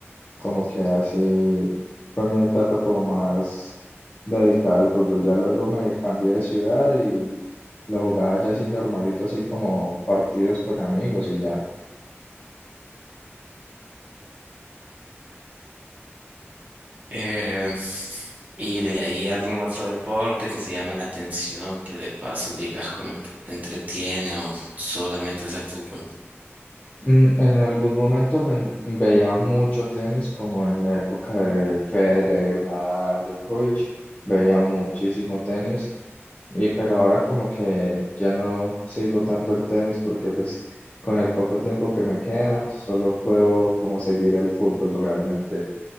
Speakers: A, on the left; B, on the right.
A: como que así fue mi etapa como más dedicada al fútbol. Ya luego me cambié de ciudad y lo jugaba ya así normalito, así como partidos con amigos y ya.
B: Eh, y de ahí algún otro deporte que te llame la atención, que de paso digas como que te entretiene o solamente es el fútbol.
A: Mm, En algún momento me veía mucho tenis, como en la época de Federer, Nadal, Djokovic, veía muchísimo tenis, y pero ahora como que ya no sigo tanto el tenis porque pues con el poco tiempo que me queda solo puedo como seguir el fútbol realmente.